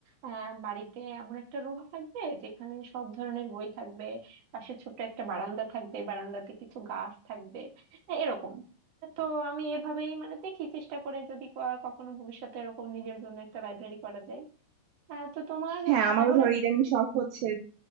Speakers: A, on the right; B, on the right.
A: আহ, বাড়িতে এমন একটা রুম থাকবে যেখানে সব ধরনের বই থাকবে পাশে ছোট্ট একটা বারান্দা থাকবে বারান্দাতে কিছু গাছ থাকবে এরকম তো আমি এভাবেই মানে দেখি চেষ্টা করে যদি ক- কখনো ভবিষ্যতে এরকম নিজের জন্য একটা লাইব্রেরি করা যায় আহ, তো তোমার
B: হ্যাঁ আমারও
A: তাহলে
B: ধরো ইদানিং শখ হচ্ছে